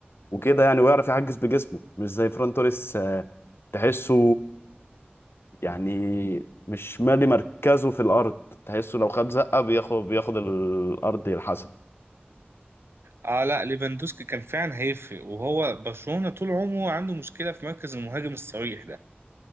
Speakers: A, on the left; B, on the right.
A: وكده يعني ويعرف يعجز بجسمه مش زي فران توريس آه، تحسه يعني مش مالي مركزه في الارض تحسه لو خد زقة بياخد بياخد الارض يلحسها
B: اه لا ليفاندوسكي كان فعلا هيفرق وهو برشلونه طول عمره عنده مشكله في مركز المهاجم الصريح ده